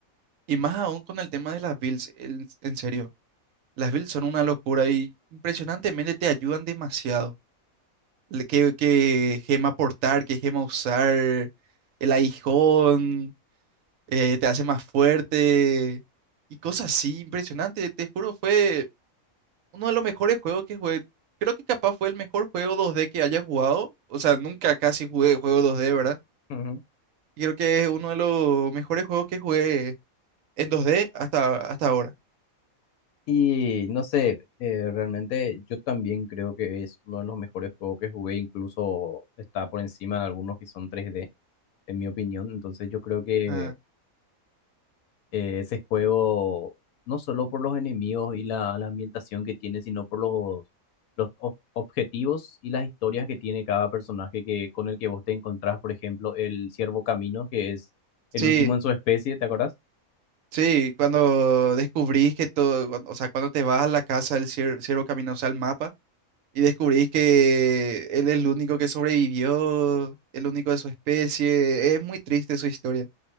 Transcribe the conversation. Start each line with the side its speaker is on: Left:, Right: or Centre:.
Right: Y más aún con el tema de las builds, el- en serio. Las builds son una locura y impresionantemente te ayudan demasiado. Le- ¿Qué, qué gema portar, qué gema usar, el aguijón, eh, te hace más fuerte y cosas así, impresionante. Te juro, fue uno de los mejores juegos que jugué. Creo que capaz fue el mejor juego 2D que haya jugado. O sea, nunca casi jugué juego 2D, ¿verdad?
Left: Ujú.
Right: Y creo que es uno de los mejores juegos que jugué en 2D hasta, hasta ahora.
Left: Y no sé, eh, realmente yo también creo que es uno de los mejores juegos que jugué, incluso está por encima de algunos que son tres d en mi opinión. Entonces yo creo que
Right: Ah,
Left: eh, ese juego, no solo por los enemigos y la, la ambientación que tiene, sino por los, los ob- objetivos y las historias que tiene cada personaje que, con el que vos te encontrás, por ejemplo, el Ciervo Camino, que es el
Right: sí.
Left: último en su especie, ¿te acordás?
Right: Sí, cuando descubrís que todo, cuando- o sea, cuando te vas a la casa del cier- ciervo caminoso al mapa y descubrís que él es el único que sobrevivió, el único de su especie, es muy triste su historia,